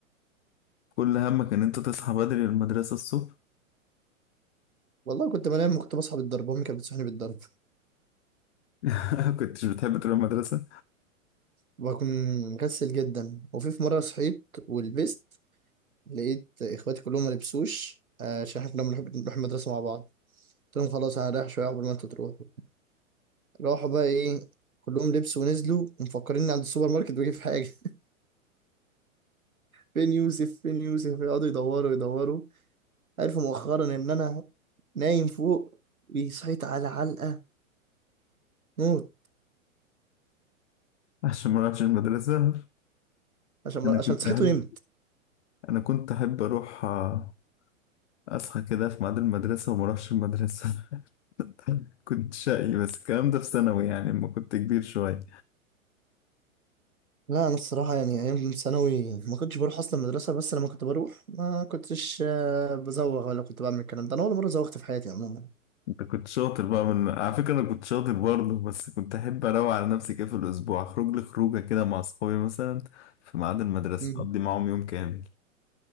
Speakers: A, on the left (about 55°); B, on the right (about 85°).
A: كل همك ان انت تصحى بدري للمدرسة الصبح
B: والله كنت بنام كنت بصحى بالضرب امي كانت بتصحيني بالضرب
A: <laughs> كنتش بتحب تروح المدرسة
B: بكون مكسل جدا وفي في مره صحيت ولبست لقيت اخواتي كلهم ما لبسوش آه، عشان احنا كنا بنحب نروح المدرسه مع بعض قلت لهم خلاص انا رايح شويه قبل ما انتوا تروحوا راحوا بقى ايه كلهم لبسوا ونزلوا ومفكرين عند السوبر ماركت بجيب حاجه <laughs> فين يوسف فين يوسف يقعدوا يدوروا يدوروا عرفوا مؤخرا ان انا نايم فوق وصحيت على علقه موت
A: عشان ما اروحش المدرسة
B: عشان
A: انا
B: عشان
A: كنت
B: صحيت
A: احب
B: ونمت
A: انا كنت احب اروح آه، اصحى كده في ميعاد المدرسة وما اروحش المدرسة <laughs> كنت شقي بس الكلام ده في ثانوي يعني لما كنت كبير شوية
B: لا انا الصراحه يعني ايام ثانوي ما كنتش بروح اصلا المدرسه بس لما كنت بروح ما كنتش آه، بزوغ ولا كنت بعمل الكلام ده انا اول مره زوغت في حياتي عموما
A: انت كنت شاطر بقى من على فكرة انا كنت شاطر برضه بس كنت احب اروق على نفسي كده في الاسبوع اخرج لي خروجة كده مع اصحابي مثلا في ميعاد المدرسة
B: مم.
A: اقضي معاهم يوم كامل